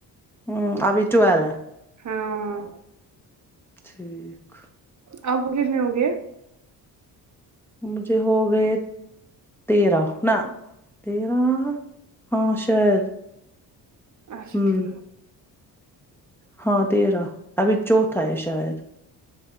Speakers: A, in the centre; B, on the right.
A: ہوں ابھی ٹویل ہے
B: ہاں
A: ٹھیک
B: آ ہوگنی ہوگے
A: مجھے ہو گئے تیرہ نہ تیرہ ہاں شاید
B: اچھا
A: ہمم
B: ٹھیک
A: ہاں تیرہ ابھی چوھا ہے شاید